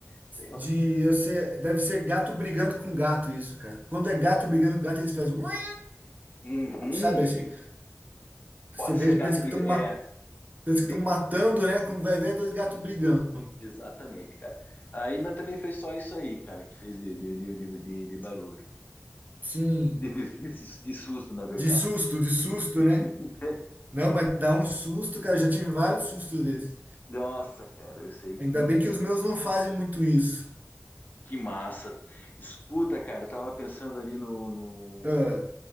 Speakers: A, on the left (about 35°); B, on the right (about 35°).
A: Sei lá.
B: De, eu sei, deve ser gato brigando com gato isso, cara. Quando é gato brigando com gato, eles fazem, "Ué",
A: Uhum,
B: sabe assim? Você
A: pode
B: vê,
A: ser
B: pensa
A: gato
B: que
A: brigando.
B: estão
A: É,
B: pensa
A: e bem,
B: que estão matando, né? Quando vai ver, é dois gatos brigando.
A: exatamente, cara. Aí, mas também foi só isso aí, cara, que fez de, de, de, de, de- de barulho.
B: Sim,
A: De, de- de- de susto, na verdade.
B: de susto, de susto,
A: <laughs>
B: né? Não, mas dá um susto, cara. Eu já tive vários sustos desses.
A: Nossa, cara, eu sei que,
B: Ainda bem que os meus não fazem muito isso.
A: que massa. Escuta, cara, eu tava pensando ali no, no-
B: Ah,